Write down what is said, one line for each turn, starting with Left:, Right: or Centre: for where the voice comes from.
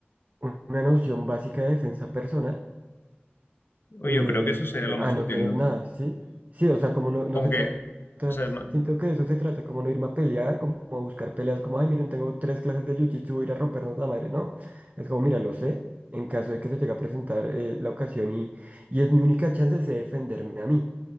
Right: un- una noción básica de defensa personal
Left: Oye,
Right: eh,
Left: yo creo que eso sería
Right: eh,
Left: lo más
Right: a no
Left: útil,
Right: tener
Left: ¿no?
Right: nada, ¿sí? Sí, o sea, como no, no
Left: Como
Right: se
Left: que,
Right: trata,
Left: o sea, no,
Right: siento que de eso se trata, como no irme a pelear, como a buscar peleas, como, ay, miren, tengo tres clases de jiu-jitsu, voy a ir a rompernos la madre, no. Es como, mira, lo sé, en caso de que se llegue a presentar eh, la ocasión y, y es mi única chance de defenderme a mí.